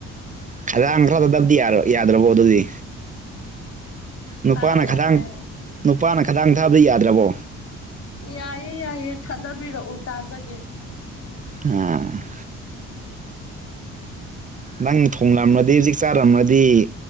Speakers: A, on the right (about 25°); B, on the left (about 50°).
A: ꯈꯗꯥꯡ ꯊꯗꯥꯗꯕꯗꯤ ꯌꯥꯔ ꯌꯥꯗ꯭ꯔꯕꯣ ꯑꯗꯨꯗꯤ ꯅꯨꯄꯥꯅ
B: ꯍꯥꯏꯔꯛꯑꯣ
A: ꯈꯗꯥꯡ
B: ꯍꯥꯏꯔꯛꯑꯣ
A: ꯅꯨꯄꯥꯅ ꯈꯗꯥꯡ ꯊꯥꯕꯗꯤ ꯌꯥꯗ꯭ꯔꯕꯣ
B: ꯌꯥꯏꯌꯦ ꯌꯥꯏꯌꯦ ꯊꯥꯗꯕꯤꯔꯛꯎ ꯇꯥꯖꯒꯦ
A: ꯑꯝ ꯅꯪ ꯊꯣꯡꯂꯝꯔꯗꯤ ꯍꯧꯖꯤꯛ ꯆꯥꯔꯝꯃꯗꯤ